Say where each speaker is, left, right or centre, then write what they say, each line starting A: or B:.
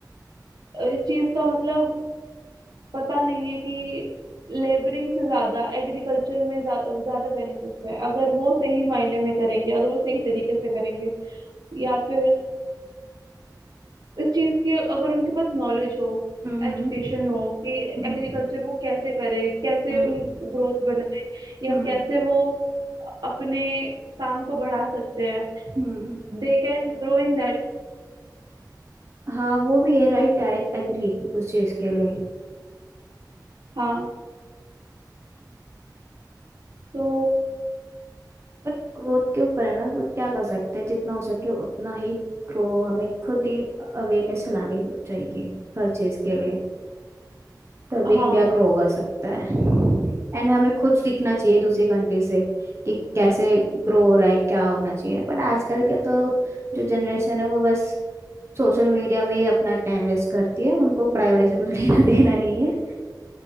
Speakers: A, on the right; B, on the right.
A: अ, इस चीज का मतलब पता नहीं है कि लेबरिंग से ज्यादा एग्रीकल्चर में ज्या- ज्यादा बेनिफिट्स है अगर वो सही मायने में करेंगे अगर वो सही तरीके से करेंगे या फिर इस चीज की अगर उनके पास नॉलेज हो
B: हम्म
A: एजुकेशन हो कि
B: हम्म
A: एग्रीकल्चर वो कैसे करे कैसे
B: हम्म
A: उन ग्रोथ बनाए या
B: हम्म
A: कैसे वो अपने काम को बढ़ा सकते हैं
B: हम्म।
A: They can grow in that
B: हाँ वो भी है राइट आई एग्री उस चीज के लिए
A: हाँ सो
B: पर ग्रोथ के ऊपर है ना वो क्या कर सकते हैं जितना हो सके उतना ही ग्रो हमें खुद ही अवेयरनेस फैलानी चाहिए हर चीज के लिए तभी
A: हाँ
B: इंडिया ग्रो कर सकता है एंड हमें खुद सीखना चाहिए दूसरी कंट्री से कि कैसे ग्रो हो रहा है क्या होना चाहिए बट आजकल के तो जो जनरेशन है वो बस सोशल मीडिया में ही अपना टाइम वेस्ट करती है उनको पढ़ाई वढ़ाई से कुछ लेना देना नहीं है